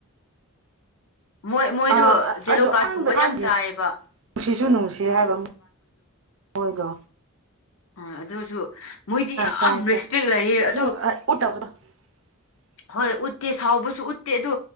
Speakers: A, on the left; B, on the right.
A: ꯃꯣꯏ ꯃꯣꯏꯗꯨ
B: ꯑꯥ
A: ꯖꯦꯂꯣ
B: ꯑꯩꯁꯨ
A: ꯀꯥꯔꯠ
B: ꯑꯍꯥꯟꯕ
A: ꯀꯨꯝꯕ
B: ꯑꯍꯥꯟꯕ
A: ꯌꯥꯝ ꯆꯥꯏꯌꯦꯕ
B: ꯅꯨꯡꯁꯤꯁꯨ ꯅꯨꯡꯁꯤ ꯍꯥꯏꯕ ꯑꯣꯏꯗꯣ
A: ꯑ ꯑꯗꯨꯁꯨ ꯃꯣꯏꯗꯤ ꯌꯥꯝ
B: ꯆꯥꯏ ꯆꯥꯏ
A: ꯔꯦꯁꯄꯦꯛ ꯂꯩꯌꯦ ꯑꯗꯨ
B: ꯁꯨꯝ ꯎꯠꯇꯕꯗꯣ <inaudible>
A: ꯍꯣꯏ ꯎꯠꯇꯦ ꯁꯥꯎꯕꯁꯨ ꯎꯠꯇꯦ ꯑꯗꯨ